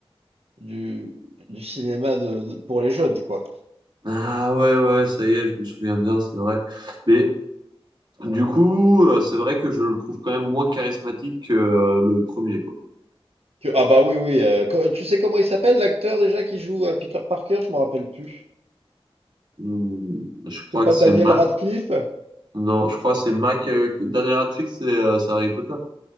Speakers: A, on the right; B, on the right.
A: du, du cinéma de, de- pour les jeunes, quoi.
B: Ah ouais, ouais, ouais, ça y est, je me souviens bien, c'est vrai. Mais du coup, euh, c'est vrai que je le trouve quand même moins charismatique que euh, le premier, quoi.
A: Que- ah bah oui, oui. euh, co- tu sais comment il s'appelle, l'acteur déjà qui joue euh, Peter Parker? Je m'en rappelle plus.
B: Hmm, je crois
A: C'est pas
B: que c'est
A: Daniel
B: Ma...
A: Radcliffe?
B: Non, je crois que c'est Mac. Euh, dernier Radcliffe, c'est euh, c'est Harry Potter.